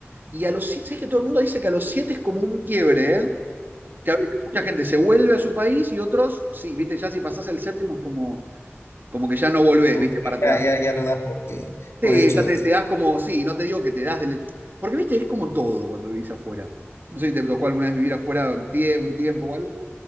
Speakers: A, on the right (about 45°); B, on the left (about 70°).
A: Y a los siete, ¿sabes que todo el mundo dice que a los siete es como un quiebre, ¿eh? Que a veces mucha gente se vuelve a su país y otros, sí, ¿viste? Ya si pasás el séptimo es como, como que ya no volvés,
B: Como
A: ¿viste?
B: que
A: Para atrás.
B: Ya, ya, ya lo das porque,
A: Sí,
B: por hecho
A: ya
B: de
A: te,
B: que.
A: te das como, sí, no te digo que te das del... Porque, viste, es como todo cuando vivís afuera. No sé si te tocó alguna vez vivir afuera un tie- un tiempo o algo.